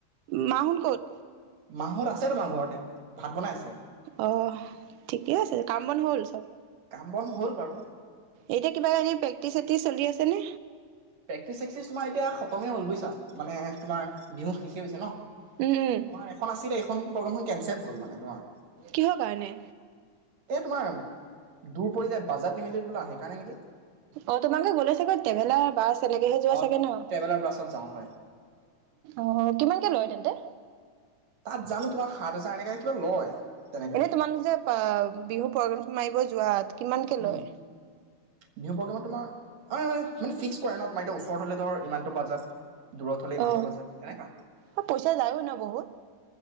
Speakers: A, on the right; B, on the right.
A: মা হোন ক'ত?
B: মা হ'ত আছে তোমাৰ ঘৰতে। ভাত বনাইছে
A: অ' ঠিকেই আছে। কাম বন হ'ল চব?
B: কাম বন হল বাৰু।
A: এতিয়া কিবা এনেই প্ৰেক্টিচ চেক্টিছ চলি আছেনে?
B: প্ৰেক্টিচ চেক্টিছ তোমাৰ এতিয়া খতমেই হ'ল বুইছা, মানে তোমাৰ বিহু শেষেই হৈছে ন'। তোমাৰ
A: উম উম
B: এখন আছিলে এইখন প্ৰ'গ্ৰাম কেনচেল হ'ল মানে তোমাৰ।
A: কিহৰ কাৰণে?
B: এ তোমাৰ দূৰ পৰি যায়, বাজেট নিমিলিল বোলা হেই কাৰণে নেকি।
A: অ' তোমালোকে গ'লে চাগৈ টেভেলাৰ বাছ তেনেকেহে যোৱা
B: অ
A: চাগে ন',
B: ট্ৰেভেলাৰ বাছত যাওঁ হয়
A: অহ কিমানকে লয় তেন্তে?
B: তাত জানো তোমাৰ! সাত হাজাৰ এনেকে কিবা লয়। তেনেকে
A: এনে তোমালোক যে বিহু প্ৰগ্ৰেম মাৰিব যোৱাত কিমানকে
B: উম
A: লয়
B: বিহু প্ৰগ্ৰেমত তোমাৰ মে ফিক্স কৰে ন তাৰ ওচৰত হলে ধৰ ইমানটো বাজাত দূৰত হলে ইমানটো
A: অ
B: বাজাত তেনেকা
A: অ পইচা যায়ও ন বহুত